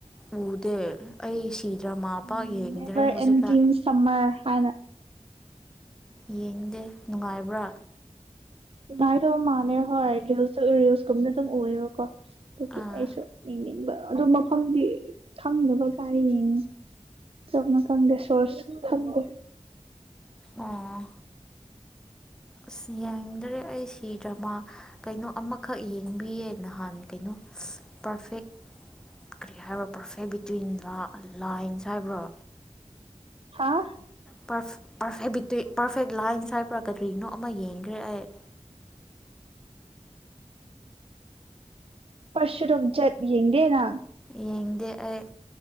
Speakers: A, in the centre; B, on the right.
A: ꯎꯗꯦ ꯑꯩ ꯁꯤ ꯗ꯭ꯔꯃꯥ
B: ꯎꯝ
A: ꯄꯥꯛ ꯌꯦꯡꯗ꯭ꯔꯦ
B: ꯅꯦꯚꯔ
A: ꯍꯧꯖꯤꯛꯀꯥꯟ
B: ꯑꯦꯟꯗꯤꯡ ꯁꯝꯃꯔ ꯍꯥꯏꯅ꯫
A: ꯌꯦꯡꯗꯦ ꯅꯨꯡꯉꯥꯏꯕ꯭ꯔꯥ꯫
B: ꯉꯥꯏꯗꯕ ꯃꯥꯜꯂꯦ ꯍꯣꯏ ꯔꯤꯜꯁ ꯔꯤꯜꯁꯀꯨꯝꯗ ꯑꯗꯨꯝ ꯑꯨꯏꯕꯀꯣ ꯑꯗꯨꯒꯤ
A: ꯑꯥ
B: ꯑꯩꯁꯨ ꯌꯦꯡꯅꯤꯡꯕ ꯑꯗꯨ ꯃꯐꯝꯗꯤ ꯈꯪꯗꯕ ꯀꯥꯏ ꯌꯦꯡꯅꯤ ꯀꯔꯤꯕꯅꯣ ꯈꯪꯗꯦ ꯁꯣꯔꯁ <unintelligible> ꯈꯪꯗꯦ
A: ꯑꯣ꯫ ꯏꯁ ꯌꯦꯡꯗꯔꯦ꯫ ꯑꯩ ꯁꯤ ꯗ꯭ꯔꯃꯥ ꯀꯩꯅꯣ ꯑꯃꯈꯛ ꯌꯦꯡꯕꯤꯌꯦ ꯅꯍꯥꯟ ꯀꯩꯅꯣ ꯄꯔꯐꯦꯛ ꯀꯔꯤ ꯍꯥꯏꯕ꯭ꯔ ꯄꯔꯐꯦꯛ ꯕꯤꯇ꯭ꯋꯤꯟ ꯂꯥ ꯂꯥꯏꯟꯁ ꯍꯥꯏꯕ꯭ꯔꯣ꯫
B: ꯑꯥ꯫
A: ꯄꯔꯐ ꯄꯔꯐꯦꯛ ꯕꯤꯇꯨꯌꯤꯛ ꯄꯔꯐꯦꯛ ꯂꯥꯏꯟꯁ ꯍꯥꯏꯕ꯭ꯔꯥ ꯀꯔꯤꯅꯣ ꯑꯃ ꯌꯦꯡꯈ꯭ꯔꯦ ꯑꯩ꯫
B: ꯄꯁꯔꯨꯝ ꯆꯠ ꯌꯦꯡꯒꯦꯔ꯫
A: ꯌꯦꯡꯗꯦ ꯑꯩ꯫